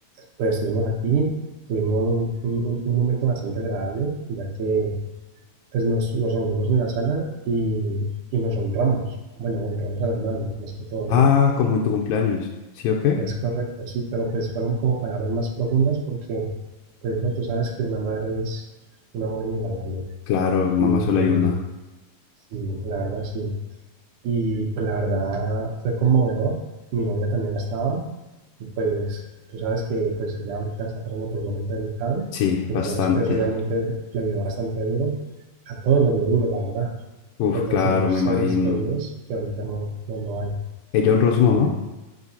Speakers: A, on the right; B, on the left.
A: pues estuvimos aquí, tuvimos un, un- un- un momento bastante agradable, ya que entonces nos, nos reunimos en la sala y, y nos honramos. Bueno, honramos a las madres, más que todo,
B: Ah,
A: ¿no?
B: como en tu cumpleaños. ¿Sí o qué?
A: Es correcto, sí, pero pues fueron como palabras más profundas porque, pues claro, tú sabes que una madre es un amor inigualable.
B: Claro, mamá
A: Y
B: solo hay una.
A: sí, la verdad, sí. Y pues la verdad fue conmovedor. Mi novia también estaba. Y pues tú sabes que pues ella ahorita está pasando por un momento delicado.
B: Sí,
A: Entonces
B: bastante.
A: pues obviamente le dio bastante duro. A todos nos dio duro, la verdad. Porque
B: Uf,
A: todos
B: claro,
A: tenemos
B: me imagino.
A: seres queridos que ahorita no, no, no hay.
B: ¿Ella honró a su mamá?
A: Y